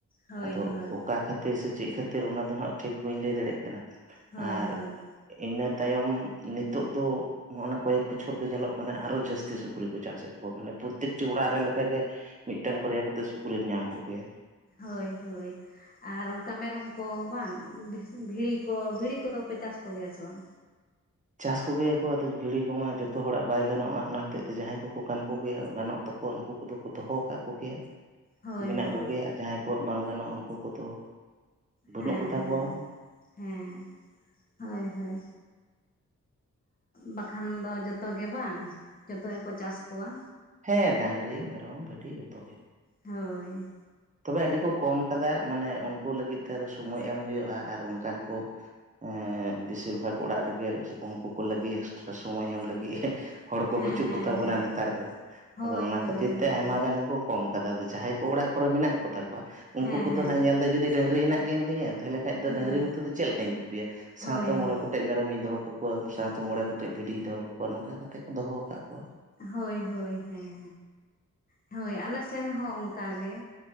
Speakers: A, on the left; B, on the right.
A: ᱦᱳᱭ
B: ᱟᱫᱚ
A: ᱦᱳᱭ
B: ᱚᱠᱟ ᱠᱷᱟ ᱠᱷᱟᱹᱛᱤᱨ ᱥᱮ ᱪᱮᱫ ᱠᱷᱟᱹᱛᱤᱨ ᱚᱱᱟ ᱫᱚ ᱦᱟᱸᱜ ᱴᱷᱤᱠ ᱵᱟᱹᱧ ᱞᱟᱹᱭ ᱫᱟᱲᱮᱭᱟᱜ ᱠᱟᱱᱟ
A: ᱦᱳᱭ
B: ᱟᱨ
A: ᱦᱳᱭ
B: ᱤᱱᱟᱹ ᱛᱟᱭᱚᱢ ᱱᱤᱛᱚᱜ ᱫᱚ ᱱᱚᱜᱼ ᱱᱟ ᱠᱚᱭᱮᱠ ᱵᱚᱪᱷᱚᱨ ᱫᱚ ᱧᱮᱞᱚᱜ ᱠᱟᱱᱟ ᱟᱨᱚ ᱡᱟᱹᱥᱛᱤ ᱥᱩᱠᱨᱤ ᱠᱚ ᱪᱟᱥᱮᱫ ᱢᱟᱱᱮ ᱯᱨᱚᱛᱮᱠᱴᱤ ᱚᱲᱟᱜ ᱨᱮ ᱞᱮᱠᱟᱜ ᱜᱮ ᱢᱤᱫᱴᱟᱝ ᱵᱟᱨᱭᱟ ᱠᱟ ᱠᱟᱛᱮ ᱥᱩᱠᱨᱤᱢ ᱧᱟᱢ ᱠᱚᱜᱮᱭᱟ
A: ᱦᱳᱭ ᱦᱳᱭ ᱟᱨ ᱚᱱᱠᱟ ᱢᱮᱨᱚᱢ ᱠᱚ ᱵᱟᱝ ᱵᱷᱤᱲᱤ ᱠᱚ ᱵᱷᱤᱲᱤ ᱠᱚᱫᱚᱯᱮ ᱪᱟᱥ ᱠᱚᱜᱮᱭᱟ ᱥᱮ ᱵᱟᱝ
B: ᱪᱟᱥ ᱠᱚᱜᱮᱭᱟᱠᱚ ᱟᱫᱚ ᱵᱷᱤᱲᱤ ᱠᱚᱢᱟ ᱡᱚᱛᱚ ᱦᱚᱲᱟᱜ ᱵᱟᱭ ᱜᱟᱱᱚᱜ-ᱟ ᱚᱱᱟ ᱦᱚᱛᱮᱡ ᱛᱮ ᱡᱟᱦᱟᱸᱭ ᱠᱚᱠᱚ ᱜᱟᱱ ᱠᱚᱜᱮᱭᱟ ᱜᱟᱱᱚᱜ ᱛᱟᱠᱚᱣᱟ ᱩᱱᱠᱩ ᱠᱚᱫᱚ ᱠᱚ ᱫᱚᱦᱚ ᱟᱠᱟᱫ ᱠᱚᱜᱮᱭᱟ
A: ᱦᱳᱭ
B: ᱢᱮᱱᱟᱜ
A: ᱦᱳᱭ
B: ᱠᱚᱜᱮᱭᱟ ᱡᱟᱦᱟᱸᱭ ᱠᱚᱣᱟᱜ ᱵᱟᱝ ᱜᱟᱱᱚᱜ-ᱟ ᱩᱱᱠᱩ ᱠᱚᱫᱚ ᱵᱟᱹᱱᱩᱜ
A: ᱦᱮᱸ
B: ᱠᱚᱛᱟ
A: ᱦᱮᱸ
B: ᱠᱚᱣᱟ
A: ᱦᱮᱸ ᱦᱳᱭ ᱦᱳᱭ ᱵᱟᱠᱷᱟᱱ ᱫᱚ ᱡᱚᱛᱚ ᱜᱮ ᱵᱟᱝ ᱡᱚᱛᱚ ᱜᱮᱠᱚ ᱪᱟᱥ ᱠᱚᱣᱟ
B: ᱦᱮᱸ ᱰᱟᱝᱨᱤ ᱢᱮᱨᱚᱢ ᱵᱷᱤᱰᱤ ᱡᱚᱛᱚ ᱜᱮ
A: ᱦᱳᱭ
B: ᱛᱚᱵᱮ ᱟᱹᱰᱤ ᱠᱚ ᱠᱚᱢ ᱠᱟᱫᱟ ᱢᱟᱱᱮ ᱩᱱᱠᱩ ᱞᱟᱹᱜᱤᱫ ᱛᱮᱚ ᱥᱳᱚᱢᱚᱭ ᱮᱢ ᱦᱩᱭᱩᱜᱭᱜ-ᱟ ᱟᱨ ᱚᱱᱠᱟᱱ ᱠᱚ ᱮᱸ ᱵᱮᱥᱤᱨ ᱵᱷᱟᱜ ᱚᱲᱟᱜ ᱨᱮᱜᱮ ᱩᱱᱠᱩ ᱠᱚ ᱞᱟᱹᱜᱤᱫ ᱮᱠᱥᱴᱨᱟ ᱥᱚᱢᱚᱭ ᱮᱢ ᱞᱟᱹᱜᱤᱫ ᱦᱚᱲ ᱠᱚ
A: ᱦᱮᱸ
B: ᱵᱟᱹᱪᱩᱜ
A: ᱦᱮᱸ
B: ᱠᱚᱛᱟ
A: ᱦᱮᱸ
B: ᱵᱚᱱᱟ ᱱᱮᱛᱟᱨ ᱫᱚ
A: ᱦᱳᱭ
B: ᱟᱫᱚ ᱚᱱᱟ
A: ᱦᱳᱭ
B: ᱠᱷᱟᱹᱛᱤᱨ
A: ᱦᱳᱭ
B: ᱛᱮ ᱟᱭᱢᱟ ᱜᱟᱱ ᱜᱮᱠᱚ ᱠᱚᱢ ᱠᱟᱫᱟ ᱟᱫᱚ ᱡᱟᱦᱟᱸᱭ ᱠᱚ ᱚᱲᱟᱜ ᱠᱚᱨᱮ ᱢᱮᱱᱟᱜ ᱠᱚᱛᱟ ᱠᱚᱣᱟ ᱩᱱᱠᱩ
A: ᱦᱮᱸ
B: ᱠᱚᱫᱚ
A: ᱦᱮᱸ
B: ᱦᱟᱸᱜ ᱧᱮᱞ ᱮᱫᱟ ᱡᱩᱫᱤ ᱰᱟᱹᱝᱨᱤ ᱦᱮᱱᱟᱜ ᱠᱤᱱ ᱛᱤᱧᱟᱹ ᱛᱟᱦᱚᱞᱮ ᱠᱷᱟᱱ ᱫᱚ
A: ᱦᱩᱸ
B: ᱰᱟᱝᱨᱤ ᱢᱚᱛᱚ ᱫᱚ ᱪᱮᱫ ᱞᱮᱠᱟᱧ ᱠᱩᱯᱤᱭᱟ ᱥᱟᱶᱛᱮ
A: ᱦᱳᱭ
B: ᱢᱚᱬᱮ
A: ᱦᱳᱭ
B: ᱠᱚᱴᱮᱡ ᱢᱮᱨᱚᱢᱤᱧ ᱫᱚᱦᱚ ᱠᱟ ᱠᱚᱣᱟ ᱥᱟᱶᱛᱮ ᱢᱚᱬᱮ ᱠᱟᱛᱮᱫ ᱵᱷᱤᱰᱤᱭ ᱫᱚᱦᱚ ᱠᱟᱠᱚᱣᱟ ᱱᱚᱝᱠᱟ ᱠᱟᱛᱮ ᱠᱚ ᱫᱚᱦᱚ ᱟᱠᱟᱫ ᱠᱚᱣᱟ
A: ᱦᱳᱭ ᱦᱳᱭ ᱦᱮᱸ ᱦᱮᱸ ᱦᱳᱭ ᱟᱞᱮ ᱥᱮᱱ ᱦᱚᱸ ᱚᱱᱠᱟ ᱜᱮ